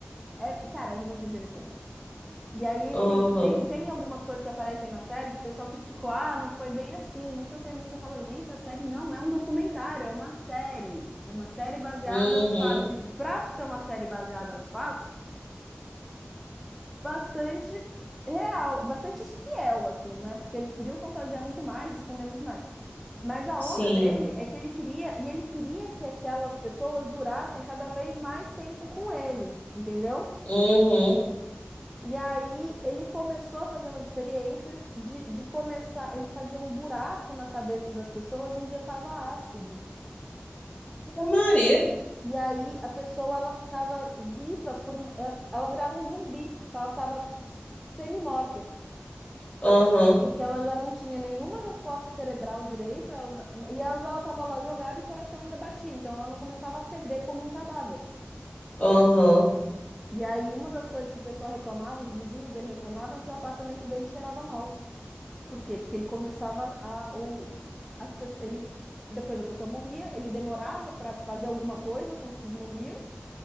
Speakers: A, in the centre; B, on the left.
A: é- cara, é muito interessante. E aí,
B: aham,
A: sim, tem, tem algumas coisas que aparecem na série que o pessoal criticou, ah, não foi bem assim, não sei o quê, mas você fala, gente, a série não é um documentário, é uma série. É uma série baseada
B: uhum,
A: nos fatos. E pra ser uma série baseada nos fatos, bastante real, bastante fiel, assim, né? Porque eles podiam fantasiar muito mais, esconder muito mais. Mas a
B: sim,
A: onda dele é que ele queria, e ele queria que aquelas pessoas durassem cada vez mais tempo com ele, entendeu?
B: uhum,
A: E aí ele começou a fazer umas experiências de, de começar. Ele fazia um buraco na cabeça das pessoas e injetava ácido.
B: Ave Maria,
A: E aí a pessoa ela ficava viva por, ela, fi- ela virava um zumbi, porque ela estava semi-morta,
B: aham,
A: porque ela já não tinha nenhuma resposta cerebral direito, ela- e elas ela estava lá jogada e o coração ainda batia, então ela não começava a feder como um cadáver.
B: aham,
A: E aí uma das coisas que o pessoal reclamava, os vizinhos dele reclamavam, que o apartamento dele cheirava mal. Por quê? Porque ele começava a. O, as, pe- ele, depois a pessoa morria, ele demorava para fazer alguma coisa com os que morriam,